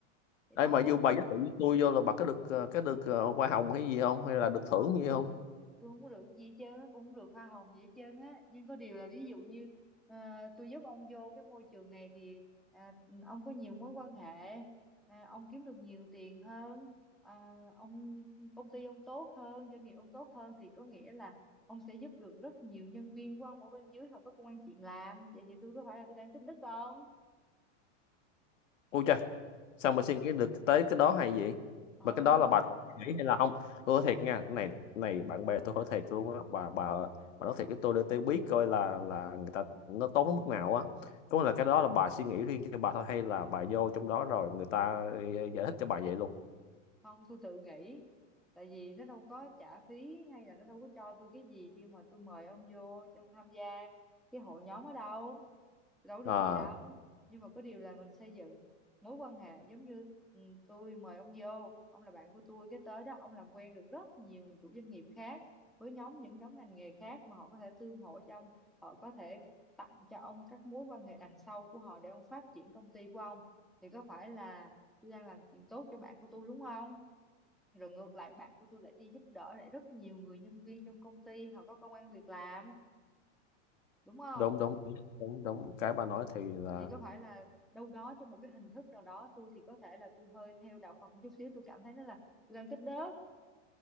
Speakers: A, in the centre; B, on the left.
A: vậy
B: đây
A: đó
B: mà vô bà giới thiệu với tôi vô là bà có được ờ, cái được ờ, hoa hồng hay gì không hay là được thưởng
A: không
B: gì
A: tôi
B: không
A: tôi không có được gì hết trơn á cũng không được hoa hồng gì hết trơn á nhưng có điều là ví dụ như à, tôi giúp ông vô cái môi trường này thì à, ông có nhiều mối quan hệ à, ông kiếm được nhiều tiền hơn à, ông công ty ông tốt hơn doanh nghiệp ông tốt hơn thì có nghĩa là ông sẽ giúp được rất nhiều nhân viên của ông ở bên dưới không có công ăn chuyện làm vậy thì tôi có phải là tôi đang tích đức không
B: ôi trời xong rồi suy nghĩ được tới cái đó hay gì
A: ừ
B: mà cái đó là bà nghĩ hay là không tôi nói thiệt nha cái này này bạn bè tôi hỏi thiệt luôn á bà bà bà nói thiệt với tôi để tôi biết coi là là người ta nó tốn đến mức nào á có nghĩa là cái đó là bà suy nghĩ riêng cho bà thôi hay là bà vô trong đó rồi người ta ờ, giải thích cho bà vậy luôn
A: không tôi tự nghĩ tại vì nó đâu có trả phí hay là nó đâu có cho tôi cái gì khi mà tôi mời ông vô trong tham gia cái hội nhóm ở đâu đâu có được
B: à
A: gì đâu nhưng mà có điều là mình xây dựng mối quan hệ giống như ừ, tôi mời ông vô ông là bạn của tôi cái tới đó ông làm quen được rất nhiều chủ doanh nghiệp khác với nhóm những nhóm ngành nghề khác mà họ có thể tương hỗ cho ông họ có thể tặng cho ông các mối quan hệ đằng sau của họ để ông phát triển công ty của ông thì có phải là tôi đang làm chuyện tốt cho bạn của tôi đúng không rồi ngược lại bạn của tôi lại đi giúp đỡ lại rất nhiều người nhân viên trong công ty họ có công ăn việc làm đúng không
B: đúng đúng đúng đúng, đúng. cái bà nói thì là
A: thì có phải là đâu đó trong một cái hình thức nào đó tôi thì có thể là tôi hơi theo đạo Phật một chút xíu tôi cảm thấy nó là tôi đang tích đức